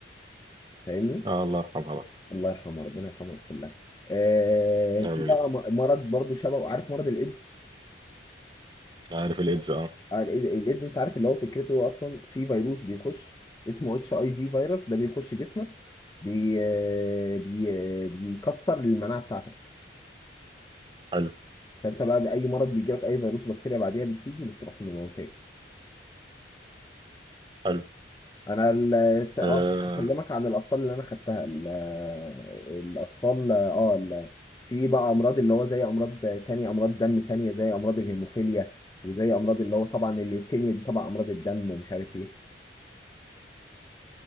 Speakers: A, on the left; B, on the right.
A: فاهمني
B: آه الله يرحمها بقى
A: الله يرحمه ربنا يرحمه ويغفر له آه،
B: آمين
A: في بقى م- مرض برضو شبه عارف مرض الايدز
B: عارف الإيدز آه
A: آه، ال- ال- الإيدز انت عارف اللي هو فكرته اصلا في فيروس بيخش اسمه اتش اي في فيروس ده بيخش جسمك بي آه، بي آه، بيكسر المناعه بتاعتك
B: حلو
A: فانت بقى باي مرض بيجي لك اي فيروس بكتيريا بعديها بتيجي بتروح مموتاك
B: حلو
A: انا ال- س- اه
B: آه
A: كنت بكلمك عن الاطفال اللي انا خدتها ال- آه، الاطفال اه آه، ال- في بقى امراض اللي هو زي امراض تانية امراض دم تانية زي امراض الهيموفيليا وزي امراض اللي هو طبعا الليوكيميا دي طبعا امراض الدم ومش عارف ايه